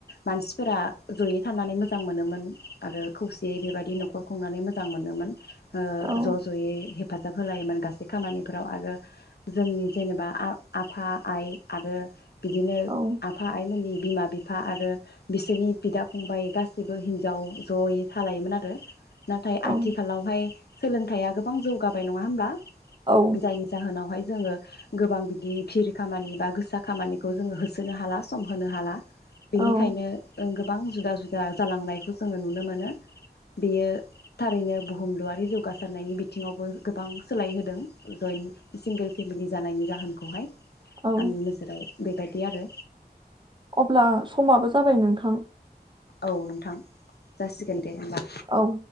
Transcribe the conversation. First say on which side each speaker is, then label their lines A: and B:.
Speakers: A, on the left; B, on the right.
A: मानसिफोरा जयै थानानै मोजां मोनोमोन आरो खौसेयै बेबायदि न'खर खुंनानै मोजां मोनो मोन ओ
B: औ
A: ज' ज'यै हेफाजाब होलायोमोन गासै खामानिफोराव आरो जोंनि जेनेबा आ आफा आइ आरो बिदिनो
B: औ
A: आफा आइमोननि बिमा-बिफा आरो बिसोरनि बिदा-फंबाय गासैबो हिनजाव ज'यै थालायोमोन आरो। नाथाय
B: औ
A: आ थिखालावहाय सोलोंथाइया गोबां जौगाबाय नङा होमब्ला?
B: औ
A: जायनि जाहोनावहाय जोङो गोबां बिदि भिर खामानि बा गोसा खामानिखौ जोङो होसोनो हाला सम होनो हाला बेनिखायनो
B: औ
A: ओं गोबां जुदा-जुदा जालांनायखौ जोङो नुनो मोनो बेयो थारैनो बुहुमलुआरि जौगासारनायनि बिथिङावबो गोबां सोलाय होदों जयन्ट सिंगेल फेमिलि जानायनि जाहोनखौहाय।
B: औ
A: आंनि नोजोराव बेबायदि आरो।
B: अब्ला समाबो जाबाय नोंथां
A: औ नोंथां जासिगोन दे होमबा।
B: औ